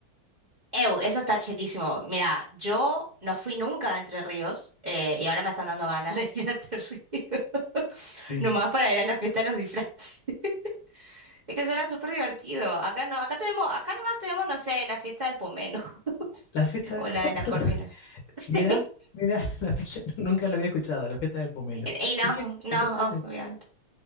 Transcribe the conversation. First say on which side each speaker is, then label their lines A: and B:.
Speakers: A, on the right (about 25°); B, on the left (about 65°).
A: Ew, eso está chetísimo. Mira, yo no fui nunca a Entre Ríos eh, y ahora me están dando ganas <laughs> de ir a Entre Ríos. <laughs>
B: Sí.
A: Nomás para ir a la fiesta de los disfraces. <laughs> Es que suena súper divertido. Acá no, acá tenemos, acá nomás tenemos, no sé, la fiesta del pomelo
B: La fiesta
A: <laughs>
B: del
A: o
B: <laughs> campo.
A: la de la corvina. <laughs> Sí.
B: Mira, mira, <laughs> la fiesta, nunca lo había escuchado, la fiesta del pomelo.
A: Y y no,
B: ¿Y qué,
A: no,
B: y qué se hace?
A: obviamente.